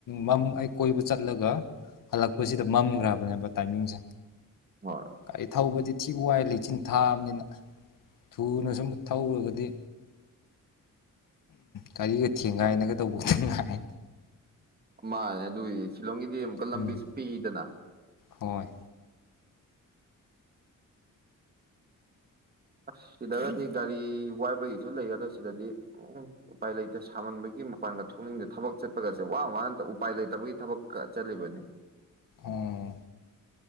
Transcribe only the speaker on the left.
ꯃꯝ ꯑꯩ ꯀꯣꯏꯕ ꯆꯠꯂꯒ ꯍꯜꯂꯛꯄꯁꯤ ꯃꯝꯈ꯭ꯔꯕꯅꯦꯕ ꯇꯥꯏꯃꯤꯡꯁꯦ
ꯒꯥꯔꯤ ꯊꯧꯕꯗꯤ ꯍꯧꯖꯤꯛ ꯋꯥꯏ ꯂꯩꯆꯤꯟ ꯊꯥꯕꯅꯤꯅ ꯊꯨꯅ ꯁꯨꯝ ꯊꯧꯔꯒꯗꯤ ꯒꯥꯔꯤꯒ ꯊꯦꯡꯒꯥꯏꯅꯒ ꯇꯧꯕꯗꯨ ꯉꯥꯏ
ꯎꯝ
ꯍꯣꯏ
ꯑꯣ